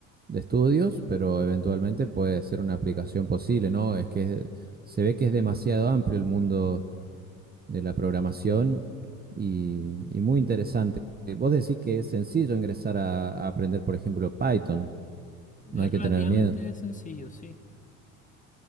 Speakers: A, on the right (about 20°); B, on the left (about 20°).
A: de estudios, pero eventualmente puede ser una aplicación posible, ¿no? Es que se ve que es demasiado amplio el mundo de la programación y, y muy interesante. Vos decís que es sencillo ingresar a, a aprender, por ejemplo, Python, no
B: Es
A: hay que
B: relativamente
A: tener miedo.
B: sencillo, sí.